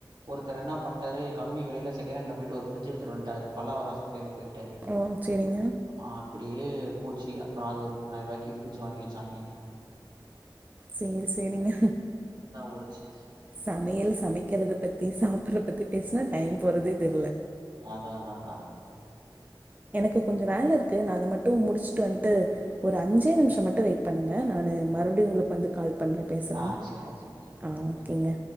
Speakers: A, on the right; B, on the right.
A: ஒருத்தர் என்ன பன்ட்டாரு கம்மி வெளைல செகண்டுல போயிட்டு ஒரு பிரிட்ஜு எடுத்துட்டு வன்ட்டாரு பல்லாவரோ சந்தையில போயிட்டு
B: ஓ சேரிங்க
A: ஆ அப்டியே யே போச்சு அப்புறோ அது ஒரு மூணாயிரூவாயிக்கு பிரிட்ஜு வாங்கி வெச்சாங்கே
B: சேரி சேரிங்க
A: ஓடுச்சு.
B: சமையல் சமைக்குறத பத்தி சாப்புறத பத்தி பேசுனா டைம் போறதே தெரி
A: அதா அதா அதா
B: கு கொஞ்சோ வேல இருக்கு நா அத மட்டு முடுச்சுட்டு வன்ட்டு ஒரு அஞ்சே
A: ம்
B: நிம்ஷோ மட்டு வெயிட் பண்ணுங்க நா மறுபடியு உங்களுக்கு வந்து கால் பண்றே பேசலா
A: ஆ சேரி ஓகே ஓகே
B: ஆ
A: கூப்புடுங்க
B: ஓகேங்க